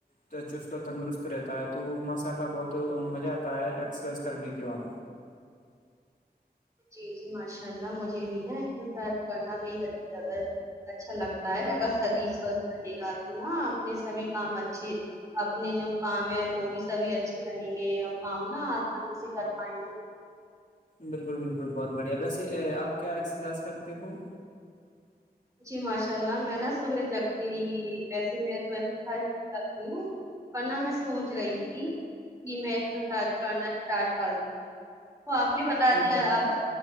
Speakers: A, on the left; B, on the right.
A: تو چست تندرست رہتا ہے تو ماشاء اللہ بہت مزہ آتا ہے ایکسرسائز کرنے کے بعد
B: جی جی ماشاء اللہ مجھے بھی نا ایکسرسائز کرنا بھی اچا ہے اچھا لگتا ہے اگر شریر سوستھ رہے گا تو نا اپنے سبھی کام اچھے اپنے جو کام ہے وہ بھی سبھی اچھھی رہیں گے اور کام نا آسانی سے کر پائیں گے
A: بالکل بالکل بہت بڑھیا ویسے آپ کیا ایکسرسائز کرتے ہو
B: جی ماشاء اللہ میں نا صبح جگتی ہی ویسے میں تورسائ کرتی ہوں ورنہ میں سوچ رہی تھی کہ میں ایکسرسائز کرنا اسٹارٹ کر تو آپ نے بتا
A: ارے
B: دیا آپ ب